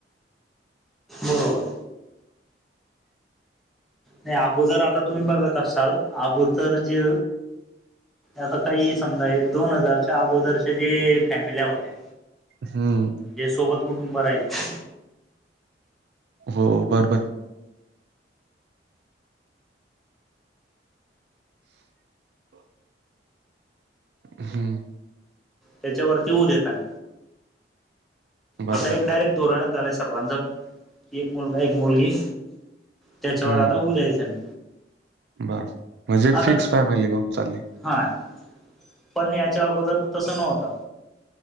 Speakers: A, in the centre; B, on the right.
A: बरोबर, नाही अगोदर आता तुम्ही बघत असाल अगोदर जे आता काहीही समजा हे दोन हजारच्या अगोदरच्या जे फॅमिल्या होत्या.
B: हम,
A: जे सोबत कुटुंब राहिच
B: हो बरोबर, हूं...
A: त्याच्या वरती होऊ देत आणि
B: बरोबर
A: आता एक डायरेक्ट
B: आहे
A: दोरण्यात आलाय सर्वांद कि एक मुलगा-एक मुलगी त्याच्यावर
B: हम्म
A: आता होऊ दयचं नाही.
B: बर म्हणजे
A: आता
B: फिक्स फॅमिली होऊन चालली.
A: हा, पण याच्या अगोदर तसं नव्हतं.